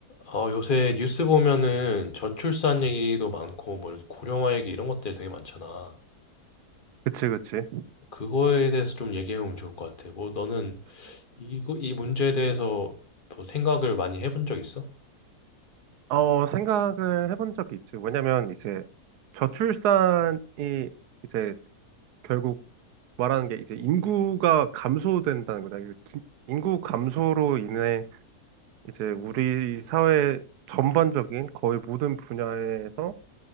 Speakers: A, on the left (about 35°); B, on the right (about 90°).
A: 어, 요새 뉴스 보면은 저출산 얘기도 많고, 뭐, 이렇게 고령화 얘기 이런 것들 되게 많잖아.
B: 그치, 그치.
A: 그거에 대해서 좀 얘기해보면 좋을 것 같아. 뭐, 너는 이거, 이 문제에 대해서 뭐 생각을 많이 해본 적 있어?
B: 어, 생각을 해본 적이 있지. 왜냐면 이제 저출산이 이제 결국 말하는 게 이제 인구가 감소된다는 거잖아. 인구 감소로 인해 이제 우리 사회 전반적인 거의 모든 분야에서